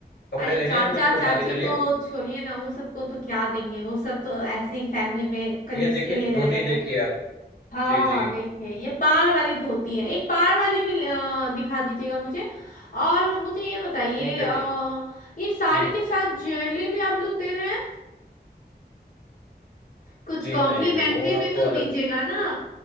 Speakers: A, on the left (about 80°); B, on the left (about 50°).
A: कपड़े
B: अरे
A: लेने
B: चाचा
A: हैं कुछ
B: चाची
A: शादी के लिए
B: को छोड़िए ना वो सबको तो क्या देंगे वो सब तो ऐसे ही फैमिली में कलेश
A: ये देखिए
B: के लिए लाए
A: धोती
B: हैं
A: देखिए आप
B: हाँ
A: जी जी
B: देखिए ये पार वाली धोती है एक पार वाली भी अ, दिखा दीजिएगा मुझे और मुझे ये बताइए
A: ठीक है
B: अ,
A: ठीक
B: ये साड़ी
A: जी
B: के साथ ज्वेलरी भी आप लोग दे रहे हैं कुछ
A: जी
B: कॉम्प्लीमेंट्री
A: नहीं वो आपको
B: भी तो
A: अलग
B: दीजिएगा ना